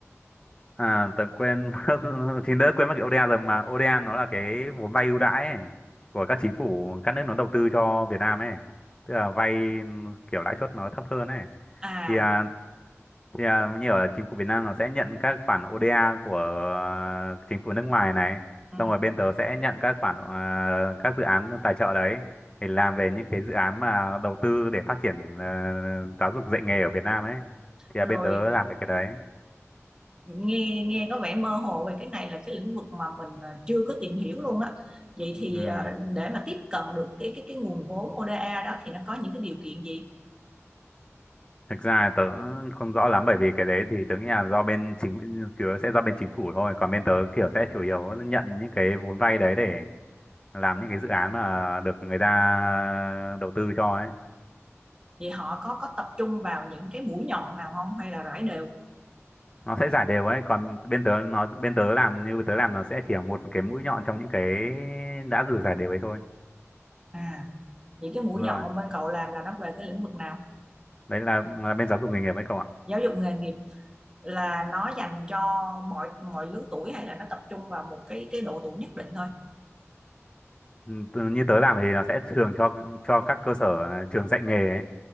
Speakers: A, on the left; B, on the right.
A: À, tớ quên <laughs> mất, thì đỡ quên mất cái ODA rồi mà ODA nó là cái vốn vay ưu đãi ấy, của các chính phủ các nước nó đầu tư cho Việt Nam ấy. Tức là vay kiểu lãi suất nó thấp hơn ấy.
B: À,
A: Thì à, thì à, như ở chính phủ Việt Nam nó sẽ nhận các khoản ODA của à, chính phủ nước ngoài này
B: ừ.
A: xong rồi bên tớ sẽ nhận các khoản à, các dự án tài trợ đấy để làm về những cái dự án mà đầu tư để phát triển à, giáo dục dạy nghề ở Việt Nam ấy thì
B: Rồi
A: à, bên tớ làm về cái đấy
B: nghe nghe có vẻ mơ hồ về cái này là cái lĩnh vực mà mình à, chưa có tìm hiểu luôn á vậy thì
A: ừ.
B: à, để mà tiếp cận được cái cái cái nguồn vốn ODA đó thì nó có những cái điều kiện gì
A: thực ra tớ không rõ lắm bởi vì cái đấy thì tớ nghĩ là do bên chính chủ yếu sẽ do bên chính phủ thôi còn bên tớ kiểu sẽ chủ yếu nhận những cái vốn vay đấy để làm những cái dự án mà được người ta đầu tư cho ấy
B: vậy họ có có tập trung vào những cái mũi nhọn nào không hay là rải đều
A: nó sẽ giải đều ấy còn bên tớ nó bên tớ làm như tớ làm nó sẽ chỉ là một cái mũi nhọn trong những cái đã rửa giải đều ấy thôi
B: à vậy cái mũi
A: đúng
B: nhọn
A: rồi
B: bên cậu làm là nó về cái lĩnh vực nào
A: đấy là, là bên giáo dục nghề nghiệp ấy cậu ạ
B: giáo dục nghề nghiệp là nó dành cho mọi mọi lứa tuổi hay là nó tập trung vào một cái cái độ tuổi nhất định thôi
A: Ừ, tớ- như tớ làm thì nó sẽ thường cho cho các cơ sở trường dạy nghề ấy